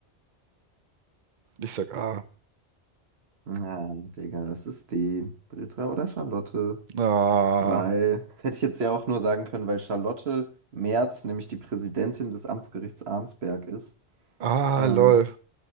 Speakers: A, on the right (about 55°); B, on the right (about 75°).
A: Ich sag A.
B: Na, Digga, es ist D. Britta oder Charlotte?
A: Ah.
B: Weil, hätte ich jetzt ja auch nur sagen können, weil Charlotte Merz nämlich die Präsidentin des Amtsgerichts Arnsberg ist.
A: Ah,
B: Ähm,
A: lol.